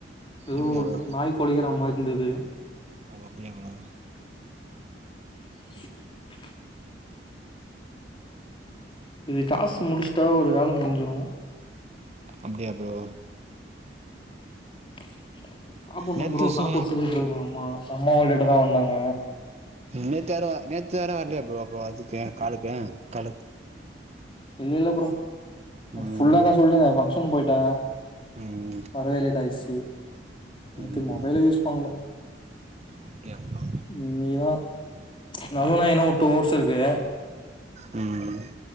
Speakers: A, on the left; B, on the right.
A: எதோ
B: எங்க
A: ஒன்டு
B: ஓ
A: நாய் கொலைக்கிற மாதி இருந்தது
B: ஓ அப்டியா ப்ரோ
A: <inaudible> இது காசு முடிச்சுட்டா ஒரு வேல முடிஞ்சிரு.
B: அப்டியா ப்ரோ
A: <unintelligible> <inaudible> சாப்புடணு
B: நேத்து
A: ப்ரோ
B: சு
A: சாப்பாடு செஞ்சுட்டு இருக்காங்க அம்மா அம்மா வீட்டுக்குட்டதா வந்தாங்க.
B: நேத்து யாரு நேத்து யாரும் வரலையா ப்ரோ அப்போ அதுக்கு காலுக்கு காலு
A: இல்ல இல்ல ப்ரோ, நேத்து
B: ம்
A: ஃபுல்லாதா சொல்றனே பங்க்ஷன் போயிட்ட
B: ம்
A: வரவே லேட் ஆயிடுச்சு நேத்து
B: ம்
A: மொபைலே யூஸ் பண்ல
B: அப்டியா ப்ரோ
A: இனிகுதா நவ்ளோனா எனக்கு ஒரு டூ ஹவர்ஸ் இருக்கு
B: ம்